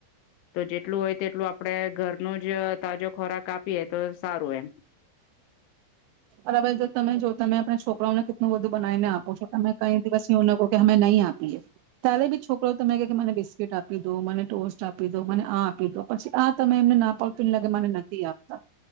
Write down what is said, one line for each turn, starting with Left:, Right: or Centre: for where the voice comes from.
Left: તો જેટલું હોય તેટલું આપણે ઘરનું જ તાજો ખોરાક આપીએ તો સારું એમ
Right: અરા ભાઈ જો તમે જો તમે આપણા છોકરાઓને હું બધું બનાવીને આપું છું તમે કઈ દિવસ અમે નહીં આપીએ ત્યારે બી છોકરો તમે ક કે મને બિસ્કીટ આપી દો મને ટોસ્ટ આપી દો મને આ આપી દો પછી આ તમે એમને ના પાાવતીને લગે મને નથી આપતા